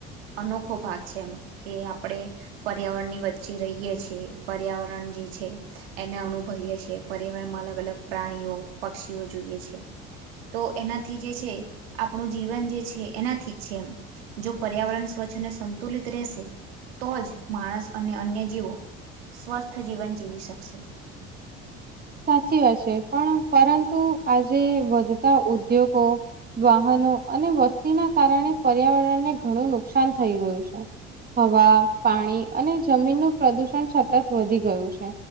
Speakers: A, on the right; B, on the right.
A: અનોખો ભાગ છે એમ. કે આપણેે પર્યાવરણની વચ્ચે રહીયે છીએ પર્યાવરણ જે છે એને અનુભવીએ છે. પર્યાવરણમાં અલગ અલગ પ્રાણીઓ, પક્ષીઓ જોઈએ છે. તો એનાથી જે છે આપણું જીવન જે છે એનાથીજ છે એમ. જો પર્યાવરણ સ્વચ્છ ને સંતુલિત રહેશે તો જ માણસ અને અન્ય જીવો સ્વસ્થ જીવન જીવી શકશે.
B: સાચી વાત છે. પણ પરંતુ આજે વધતા ઉદ્યોગો વાહન નો અને વસ્તીના કારણે પર્યાવરણને ઘણું નુકસાન થઈ ગયું છે. હવા પાણી અને જમીનનું પ્રદુષણ સતત વધી ગયું છે.